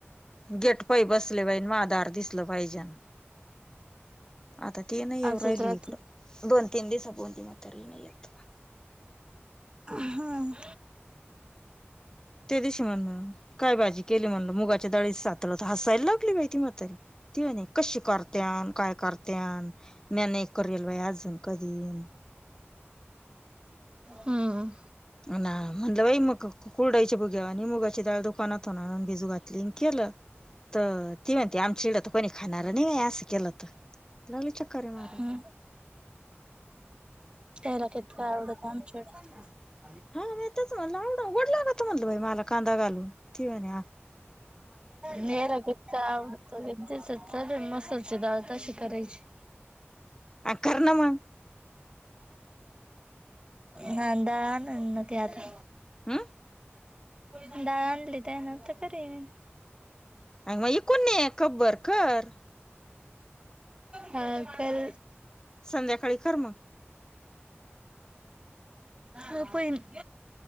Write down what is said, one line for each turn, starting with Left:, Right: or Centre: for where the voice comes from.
Left: गेट पाय बसले पाज माधार दिसलं पाहिजे आता ती नाही ये
Right: आलसेच
Left: राहिली
Right: राहते
Left: इकडं दोन केंदसप त मात नाही येत.
Right: हम
Left: ते दिशी म्हणल काय भाजी केली म्हणल मुगाच्या डळीत सातलं तर हसायला त म तरी त कशी करत्यान, काय करत्यान, मी नाही करल बाईज <unintelligible>
Right: हम्म
Left: ना म्हणलं बाई मग कुरडायचे बुघेवा आणि मुगाची डाळ दुकानात होणार भिजू घात लि केलं तर ती म्हणते आमच्या इड तर कोणी खाणार नाही असं केलं तर लागले चक्कर आहे मारावी
Right: हम्म त्याला कत का आवडतमच्याड
Left: हाताच म्हण आवड ओडला म्हटलं मला कांदा घालून ठवाणे
Right: नेर गेत आडत गे सत मसच आळता श करयची
Left: अ कर ना मग
Right: नांदा न न कता
Left: हम्
Right: ळ आणली तर आहे ना तर कररी म
Left: अ म कोण खबबरकर
Right: हा पल
Left: संध्याकाळी कर मग.
Right: खपन <inaudible>